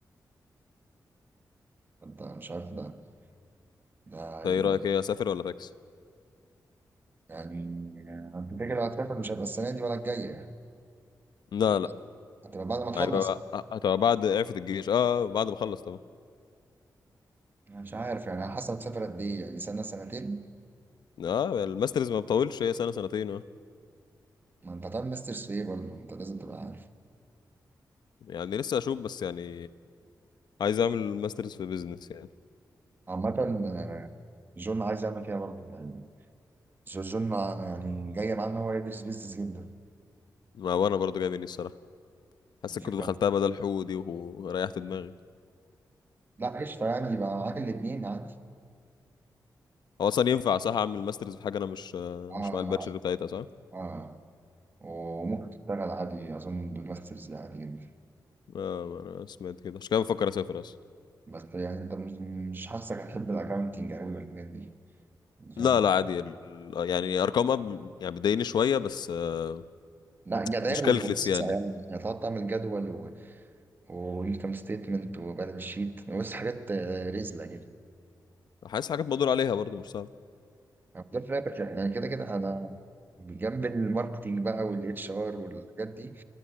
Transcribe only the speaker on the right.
أنت مش عارف ده ده
هيبقى
يعني أنت كده كده هتسافر مش هيبقى السنة دي ولا الجاية يعني
هتبقى بعد
هتبقى بعد ما تخلص
أنا مش عارف يعني على حسب تسافر قد إيه يعني سنة سنتين
ما أنت هتعمل ماسترز في إيه برضه أنت لازم تبقى عارف
عامة آه، جون عايز يعمل كده برضه يعني جورجون مع- يعني جايه معاه ان هو يدرس بيزنس جدا
يعني فكره
لا قشطه يعني يبقى معاك الاثنين عادي
اه
اه وممكن تشتغل عادي اظن بالماسترز عادي جدا
بس يعني انت مش مش حاسسك هتحب الاكونتنج قوي والحاجات دي مش
عارف.
لا جداول
وقصة
يعني هتقعد تعمل جدول و... وانكم ستيتمنت وبالانس شيت بص حاجات آه، رزلة كده
أنا ده فاتك يعني كده كده انا بجنب الماركتينج بقى والاتش ار والحاجات دي